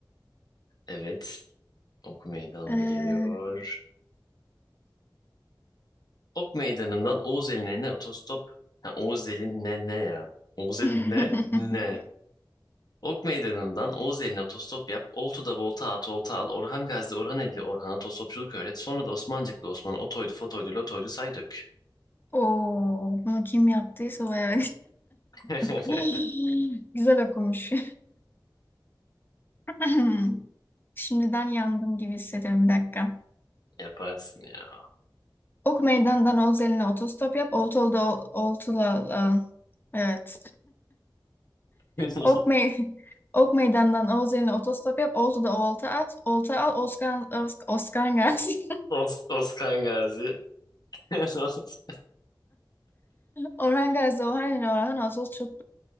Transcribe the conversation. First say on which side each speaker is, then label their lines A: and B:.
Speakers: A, on the left; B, on the left.
A: Evet. Ok Meydanı'na
B: Ee...
A: geliyor. Ok Meydanı'ndan Oğuz Eline otostop. Ha, Oğuz Eline ne ne ya? Oğuz Elin
B: <laughs>
A: ne ne? Ok Meydanı'ndan Oğuz Eline otostop yap. Oltu'da volta at, olta al. Orhan Gazi'de Orhan Eli'li Orhan'a otostopçuluk öğret. Sonra da Osmancıklı Osman'a otoydu, fotoydu, lotoydu say dök.
B: Oo, bunu kim yaptıysa bayağı
A: <laughs>
B: <laughs> güzel okumuş. <laughs> Şimdiden yandım gibi hissediyorum bir dakika.
A: Yaparsın ya.
B: Ok Meydan'dan Oğuz otostop yap. Oltolu'da ol- Oltula aa, evet.
A: <laughs>
B: Ok Mey <laughs> Ok Meydan'dan Oğuz otostop yap. Oltu'da olta at. Olta al. Oskan Os Oskan Gazi. <laughs>
A: Os Oskan Gazi. <laughs>
B: Orhan Gazi, Orhan ile Orhan Ağustos çok